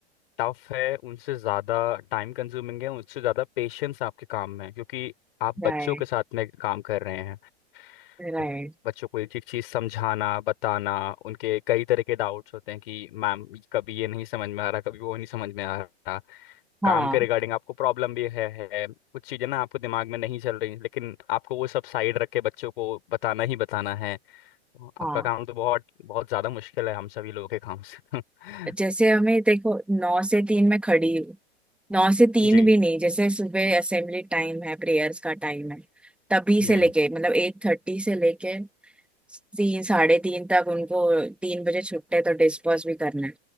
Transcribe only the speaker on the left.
टफ है उनसे ज़्यादा टाइम कंज्यूमिंग है उनसे ज़्यादा पेशेंस आपके काम में है क्योंकि आप
बच्चों के साथ में काम कर रहे हैं
तो बच्चों को एक एक चीज़ समझाना बताना उनके कई तरह के डाउट्स होते हैं कि मैम कभी ये नहीं समझ में आ रहा कभी वो नहीं समझ में आ रहा
काम के रिगार्डिंग आपको प्रॉब्लम भी है, है कुछ चीज़ें ना आपको दिमाग में नहीं चल रही लेकिन आपको वो सब साइड रख के बच्चों को बताना ही बताना है
आपका काम तो बहुत बहुत ज़्यादा मुश्किल है हम सभी लोगों के काम से <laughs>
जी
जी